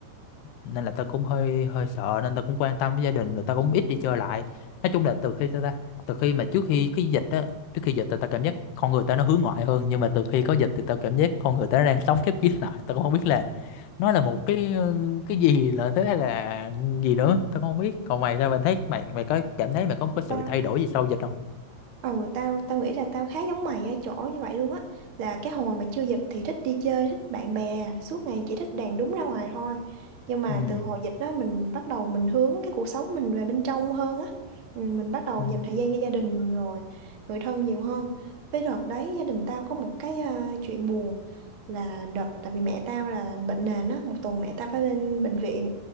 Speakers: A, on the left; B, on the right.
A: nên là ta cũng hơi hơi sợ nên ta cũng quan tâm với gia đình rồi ta cũng ít đi chơi lại nói chung là từ khi ta ta- từ khi mà trước khi cái dịch á trước khi dịch thì ta cảm giác con người ta nó hướng ngoại hơn nhưng mà từ khi có dịch thì ta cảm giác con người ta nó đang sống khép kín lại ta cũng không biết là nó là một cái ừ, cái gì là thế hay là gì nữa ta cũng không biết còn mày sao mày thấy mày mày có cảm thấy mày có một cái sự
B: Tao
A: thay đổi gì sau dịch không
B: Ừ, tao tao nghĩ là tao khá giống mày ở chỗ như vậy luôn á là cái hồi mà chưa dịch thì thích đi chơi thích bạn bè suốt ngày chỉ thích đàn đúng ra ngoài thôi nhưng mà
A: ừ
B: từ hồi dịch đó mình bắt đầu mình hướng cái cuộc sống mình về bên trong hơn á Ừ, mình bắt đầu
A: ừ
B: dành thời gian cho gia đình rồi người thân nhiều hơn với đợt đấy gia đình tao có một cái ờ, chuyện buồn là đợt tại vì mẹ tao là bệnh nền á một tuần mẹ tao phải lên bệnh viện